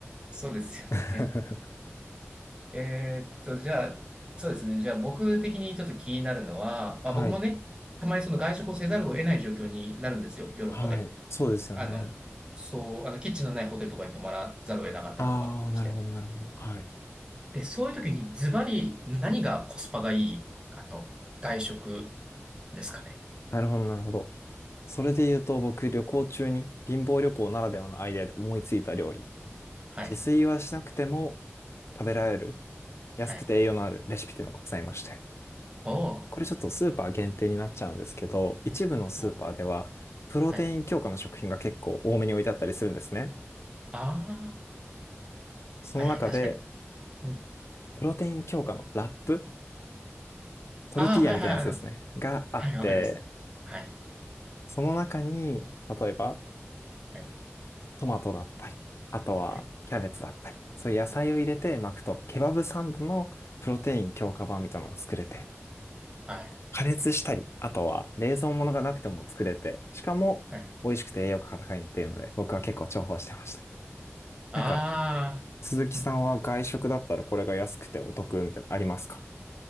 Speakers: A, on the right (about 20°); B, on the left (about 70°).
A: そうですよね。
B: <laughs>
A: えーっと、じゃあ、そうですね。じゃあ、僕的にちょっと気になるのは、
B: はい。
A: まあ、僕もね、たまにその外食をせざるを得ない状況になるんですよ、ヨーロッパで。
B: はい。そうですよね。
A: あの、そう、あの、キッチンのないホテルとかに泊まらざるを得なかったりとかして。
B: ああ、なるほど、なるほど。はい。
A: で、そういう時にズバリ何がコスパがいい、あの、外食ですかね。
B: なるほど、なるほど。それで言うと、僕、旅行中に貧乏旅行ならではのアイデアで思いついた料理
A: はい。
B: 自炊はしなくても食べられる安くて栄養のあるレシピっていうのがございまして。
A: はい。おー、
B: これちょっとスーパー限定になっちゃうんですけど、一部のスーパーではプロテイン強化の食品が結構多めに置いてあったりするんですね。
A: おー、はい。あ
B: その中で
A: あ、はいはい、確かにうん。
B: プロテイン強化のラップ、トルティーヤみたいなやつですね、
A: ああ、はいはい、あの、
B: があって、
A: はい、わかります。はい。
B: その中に例えば
A: はい。
B: トマトだったり、あとはキャベツだったり、
A: はい。
B: そういう野菜を入れて巻くとケバブサンドのプロテイン強化版みたいなのが作れて、
A: はい。
B: 加熱したり、あとは冷蔵物がなくても作れて、しかも美味しくて栄養価が高いっていうので、
A: はい
B: 僕は結構重宝してました。
A: あ
B: なんか、鈴木さんは外食だったらこれが安くてお得みたいなのありますか
A: あ、<laughs> うん